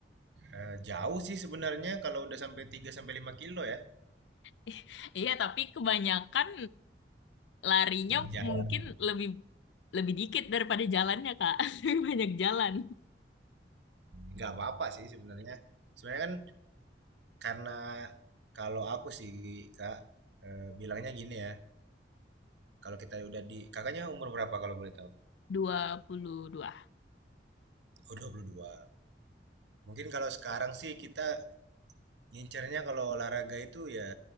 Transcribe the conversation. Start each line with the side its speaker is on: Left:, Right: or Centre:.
Right: eh, jauh sih sebenarnya kalau udah sampai 3 sampai 5 kilo ya
Left: <laughs> Iya, tapi kebanyakan larinya
Right: jauh
Left: mungkin lebih lebih dikit daripada jalannya Kak. <laughs> Lebih banyak jalan.
Right: nggak apa-apa sih sebenarnya sebenarnya kan karena kalau aku sih kak eh, bilangnya gini ya kalau kita udah di kakaknya umur berapa kalau boleh tahu
Left: dua puluh dua
Right: oh 22. mungkin kalau sekarang sih kita ngincernya kalau olahraga itu ya